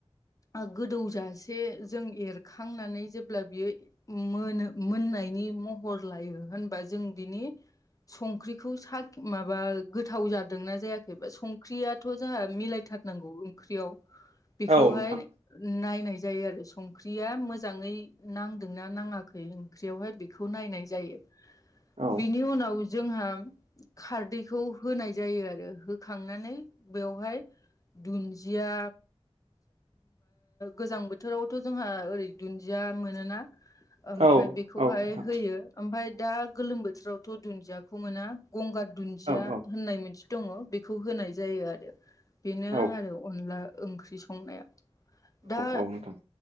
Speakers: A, on the left; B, on the right.
A: ओ गोदौजासे जों एरखांनानै जेब्ला बियो मोनो मोननायनि महर लायो होनबा जों बिनि संख्रिखौ सा माबा गोथाव जादों दोंना जायाखै बा संख्रियाथ' जोहा मिलायथारनांगौ ओंख्रियाव बेखौहाय
B: औ नोंथां
A: नायनाय जायो आरो संख्रिया मोजाङै नांदोंना नाङाखै ओंख्रियावहाय बेखौ नायनाय जायो
B: औ
A: बिनि उनाव जोंहा खारदैखौ होनाय जायो आरो होखांनानै बेवहाय दुन्दिया गोजां बोथोरावथ' जोंहा ओरै दुन्दिया मोनोना ओमफ्राय
B: औ
A: बेखौहाय
B: औ नोंथां
A: होयो ओमफ्राय दा गोलोम बोथोरावथ' दुन्दियाखौ मोना गंगार दुन्दिया
B: औ औ
A: होननाय मोन दङ बेखौ होनाय जायो आरो बेनो
B: औ
A: आरो अनला ओंख्रि संनाया दा
B: औ नोंथां